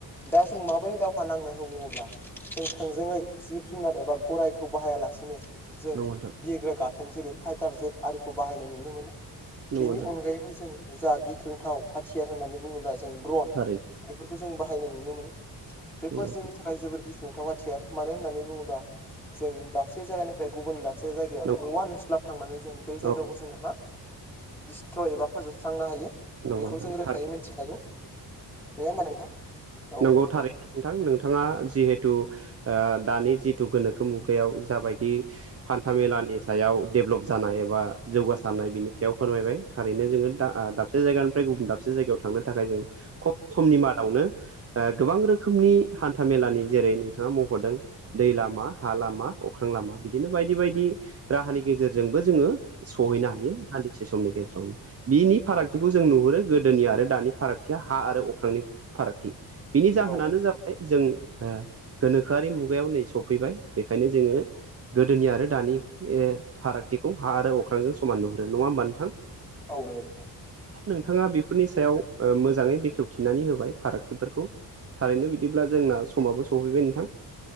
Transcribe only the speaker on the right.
नंगौ नोंथां
नंगौ
नोंथां
नंगौ नोंथां
थारैनो
नंगौ
नोंथां
औ
नंगौ
नोंथां
थारैनो
नंगौ
थारैनो नोंथां नोंथाङा जिहेथु ओ दानि जिथु गोनोखो मुगायाव जाबायदि हान्था मेलानि सायाव डेभलप जानाय एबा जौगासारनाय बिनि सायाव फोरमायबाय थारैनो जोङो दा दा दाबसे जायगानिफ्राय गुबुन दाबसे जायगायाव थांनो थाखाय जों खम समनि मादावनो गोबां रोखोमनि हान्था मेलानि जेरै नोंथाङा मखदों दै लामा हा लामा अख्रां लामा बिदिनो बायदि बायदि राहानि गेजेरजों जोंबो जोङो सहैनो हायो दान्दिसे समनि गेजेरावनो बिनि फाराग थिखौ जों नुहुरो गोदोनि आरो दानि फारागथिया हा आरो अख्रांनि फारागथि। बिनि जाहोनानो
जाबाय जों ओ गोनोखोआरि मुगायाव नै सफैबाय बेखायनो जोङो गोदोनि आरो दानि फारागथिखौ हा आरो अख्रांजों समान नुहुरो नङा होमबा नोंथां।
नोंथाङा बेफोरनि सायाव मोजाङै बेखेवथिनानै होबाय फारागथिफोरखौ थारैनो बिदिब्ला जोंना समाबो सौहैबाय नोंथां